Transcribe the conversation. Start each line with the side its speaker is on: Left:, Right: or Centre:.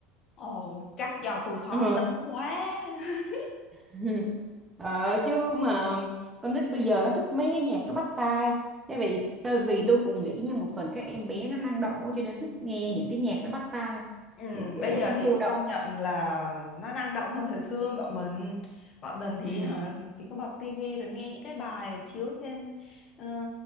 Left: ồ chắc do tôi khó
Right: Ờ.
Left: tính quá <laughs>
Right: <laughs> Ờ, chứ mà con nít bây giờ nó thích mấy cái nhạc nó bắt tai tại vì tại vì tôi cũng nghĩ như một phần các em bé nó năng động quá cho nên thích nghe những cái nhạc nó bắt tai
Left: ừ,
Right: kiểu kiểu
Left: bây
Right: vậy
Left: giờ
Right: nó sôi
Left: thì
Right: động
Left: công nhận là nó năng động hơn thời xưa bọn mình bọn mình thì
Right: ừ.
Left: hả, chỉ có bật tivi rồi nghe những cái bài chiếu trên ờ,